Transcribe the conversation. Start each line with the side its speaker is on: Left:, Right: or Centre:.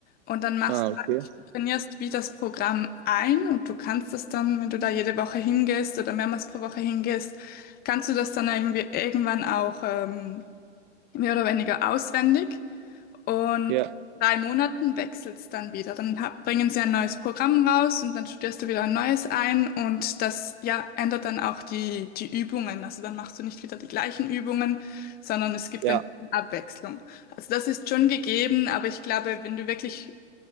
Left: und dann machst
Right: Ah, okay.
Left: du eigentlich, du trainierst wie das Programm ein und du kannst das dann, wenn du da jede Woche hingehst oder mehrmals pro Woche hingehst, kannst du das dann irgendwie irgendwann auch ähm, mehr oder weniger auswendig. Und
Right: Ja,
Left: drei Monaten wechselt es dann wieder. Dann ha- bringen sie ein neues Programm raus und dann studierst du wieder ein neues ein. Und das, ja, ändert dann auch die, die Übungen. Also dann machst du nicht wieder die gleichen Übungen, sondern es gibt
Right: ja,
Left: ein bisschen Abwechslung. Also das ist schon gegeben, aber ich glaube, wenn du wirklich